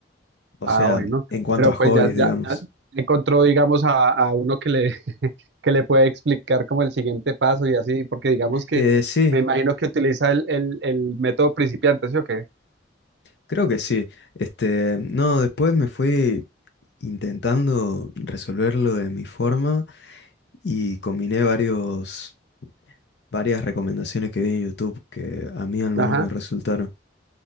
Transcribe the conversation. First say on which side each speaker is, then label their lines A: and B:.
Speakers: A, on the left (about 60°); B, on the right (about 65°).
A: O
B: ah,
A: sea,
B: bueno,
A: en cuanto
B: pero
A: a hobbies,
B: pues ya,
A: digamos.
B: ya, ya encontró, digamos, a, a uno que le, <laughs> que le puede explicar como el siguiente paso y así, porque digamos que
A: Eh, sí,
B: me imagino que utiliza el, el, el método principiante, ¿sí o qué?
A: creo que sí. Este, no, después me fui intentando resolverlo de mi forma Y combiné varios, varias recomendaciones que vi en YouTube que a mí al menos
B: Ajá,
A: me resultaron.